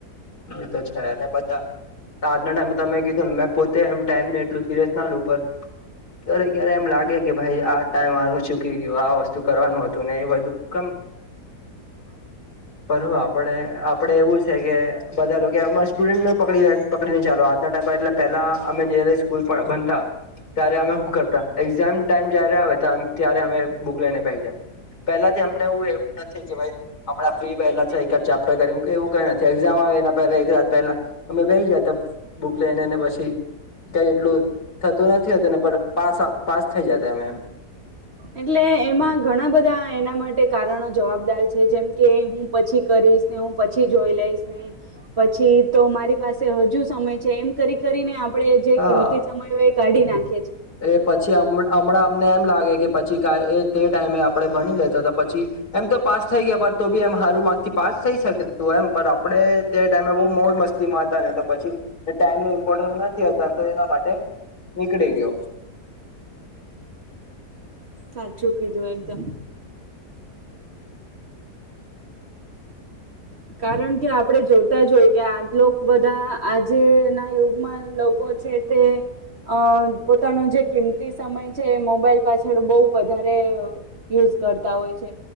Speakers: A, on the left; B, on the right.
A: એ તો છે બધા આજના ટાઈમે તમે કીધું ને મે પોતે એમ ટાઈમને એટલું સિરિયસ ના લઉ પર ક્યારે ક્યારે એમ લાગે કે ભાઈ આ ટાઈમ આ ચૂકી ગયો આ વસ્તુ કરવાનું હતું ને એ બધું કેમ
B: હ
A: પર હું આપડે આપડે એવું છે કે બધા લોકો અ સ્ટુડન્ટને પક પકડીને ચાલો આજના ટાઈમ પર એટલે પેલા અમે જ્યારે સ્કૂલ પાર બનતા ત્યારે અમે કરતા એક્ઝામ ટાઈમ જયારે આવે ત્યારે અમે બુક લઈને પ પેલાથી અમને એવું એવું નથી કે ભાઈ હમણાં ફ્રી પહેલા છે એક જ ચેપ્ટર કરી કે એવું કઈ નથી. એક્ઝામ આવે એના પહેલા એક રાત પહેલા અમે બેહી જતા બુક લઈનેને પછી ક્યા એટલું થતું નથીતું ને પાસ થઈ જતા એમે એમ.
B: એટલે એમાં ઘણા બધા એના માટે કારણો જવાબદાર છે જેમ કે હું પછી કરી <unintelligible> હું પછી જોઈ લઈશને પછી તો મારી પાસે હજુ સમય છે એમ કરી કરીને આપ આપણે જે
A: હા
B: કિંમતી સમય હોય એ કાઢી નાખી
A: એ પછી હમણાં અમને એમ લાગે કે પછી ક એ તે ટાઈમે આપડે ભણી લેતા તો પછી એમ તો પાસ થઈ ગયા પર તો બી એમ સારું માર્ગથી પાસ થઈ શકે તું એમ પણ આપડે તે ટાઈમે બહુ મોજ મસ્તીમાં હતા ને તો પછી ટાઈમ ની ઇમ્પોર્ટન્સ નથી કરતો એના માટે નીકળી ગયો
B: સાચું કીધું એકદમ કારણ કે આપડે જોતા જોયએ કે આજલો ક બધા આજે ના યુગમાં લોકો છે તે અ પોતાનો જે કિંમતી સમય છે એ મોબાઈલ પાછળ બઉ વધારે યુઝ કરતા હોય છે